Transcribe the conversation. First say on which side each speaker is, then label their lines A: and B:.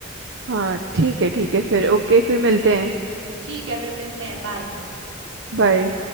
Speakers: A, on the right; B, on the right.
A: हाँ ठीक है ठीक है फिर ओके फिर मिलते हैं
B: ठीक है फिर मिलते हैं बाय
A: बाय